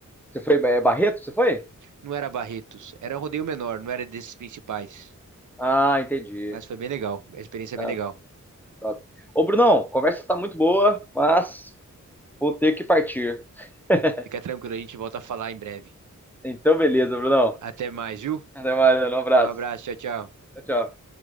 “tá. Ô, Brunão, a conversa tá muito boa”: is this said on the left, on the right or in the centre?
Centre